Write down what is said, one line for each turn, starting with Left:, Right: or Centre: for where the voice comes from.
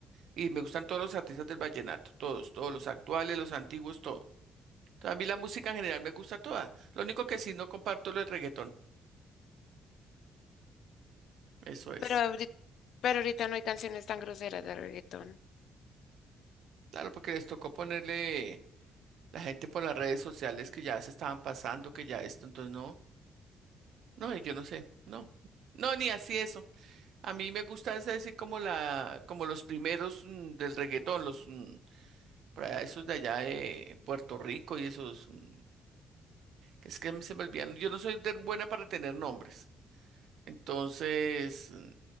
Right: Y me gustan todos los artistas del vallenato, todos, todos los actuales, los antiguos, todo. Entonces, a mí la música en general me gusta toda. Lo único que sí no comparto es el reggaetón, eso es.
Left: pero ahorita, pero ahorita no hay canciones tan groseras de reggaetón.
Right: Claro, porque les tocó ponerle la gente por las redes sociales que ya se estaban pasando, que ya esto, entonces no, no, yo no sé, no. No, ni así eso. A mí me gusta es decir como la, como los primeros mm, del reggaetón, los mm, por allá, esos de allá de Puerto Rico y esos mm, Es que a mí se me olvidan. Yo no soy tan buena para tener nombres. Entonces, mm,